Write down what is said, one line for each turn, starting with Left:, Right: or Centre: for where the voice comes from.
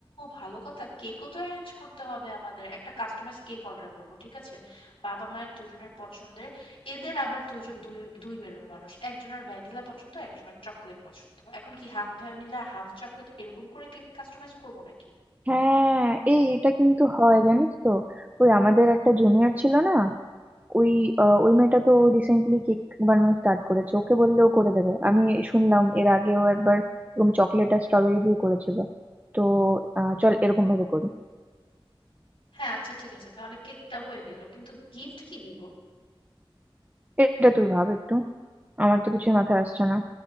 Left: ভালো কথা কেকও তো অ্যারেঞ্জ করতে হবে আমাদের একটা কাস্টমাইজ কেক অর্ডার করব ঠিক আছে বাবা মায়ের দুজনের পছন্দের এদের আবার দুইজন দুই দুই মেরুর মানুষ একজনের ভ্যানিলা পছন্দ একজনের চকলেট পছন্দ এখন কি হাফ ভ্যানিলা হাফ চকলেট এরকম করে কেক কাস্টমাইজ করব নাকি
Right: হ্যাঁ এই এটা কিন্তু হয় জানিস তো ওই আমাদের একটা জুনিয়র ছিল না ওই আহ, ওই মেয়েটা তো রিসেন্টলি কেক বানানো স্টার্ট করেছে ওকে বললেও করে দেবে আমি শুনলাম এর আগেও একবার এরকম চকলেট আর স্ট্রবেরি দিয়ে করেছিল তো আহ, চল এরকম ভাবে করি
Left: হ্যাঁ আচ্ছা ঠিক আছে তাহলে কেকটা হয়ে গেল কিন্তু গিফট কি দিব
Right: এটা তুই ভাব একটু আমার তো কিছুই মাথায় আসছে না